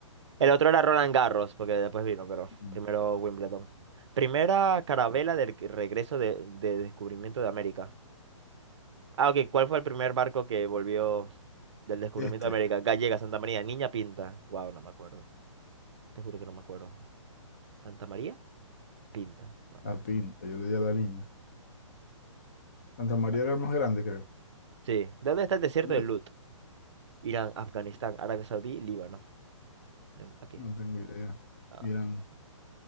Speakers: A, on the right (about 60°); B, on the left (about 30°).
A: El otro era Roland Garros, porque después vino, pero
B: Mm.
A: primero Wimbledon. Primera carabela del que- regreso de, de descubrimiento de América. Ah, ok, ¿cuál fue el primer barco que volvió del descubrimiento
B: Este,
A: de América? Gallega, Santa María, Niña Pinta. Wow, no me acuerdo. Te juro que no me acuerdo. ¿Santa María? Pinta. Bueno.
B: la pinta, yo le di a la niña. Santa María
A: bueno.
B: era el más grande, creo.
A: Sí. ¿Dónde está el desierto
B: ¿Cuál
A: de
B: es?
A: Lut?
B: este?
A: Irán, Afganistán, Arabia Saudí, Líbano. Em, Aquí.
B: No tengo idea.
A: Ah,
B: Miran,